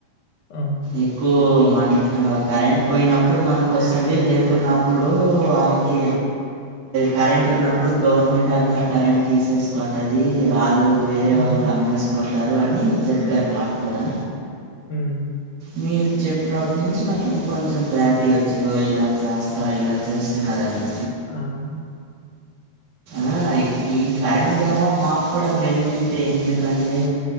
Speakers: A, on the left; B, on the right.
A: అ
B: ఎక్కువ మన కరెంట్ పోయినప్పుడు మనకు వస్తుంది లేకున్నప్పుడు <unintelligible> కరెంట్ ఉన్నప్పుడు గవర్నమెంట్ అంతా కరెంట్ తీసేసుకుంటది వాళ్ళు వేరే
A: ఉమ్,
B: వాల్కు అమ్మేసుకుంటారు అనీ చెప్పారు మాక్కూడా
A: ఉమ్
B: మీర్ చెప్పినాట్నుంచి నాక్ ఇంకొంచెం క్లారిటీ వచ్చిందో ఇలా చేస్తా ఇలా చేస్తున్నారనీ
A: ఆహ్
B: ఆ అయి ఈ కరెంట్ ద్వారా మాక్కుడా బెన్ఫిటే ఎందుకండే